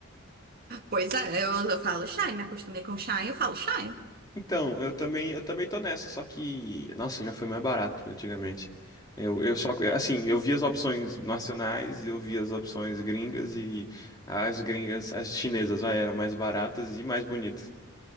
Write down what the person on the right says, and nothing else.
Pois é, eu, eu falo Shein, me acostumei com Shein, eu falo Shein.